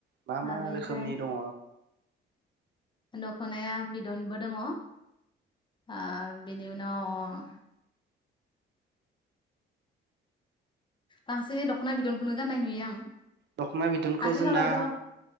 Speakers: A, on the right; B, on the left.
A: मा
B: ओ
A: मा
B: बेनिफ्राय
A: रोखोमनि दङ?
B: दख'नाया बिदनबो दङ। ओम बिनि उनाव बांसिन दख'ना बिदनखौनो गाननाय नुयो आं।
A: दख'ना बिदनखौ
B: आथिखालावथ'
A: जोंना
B: ओ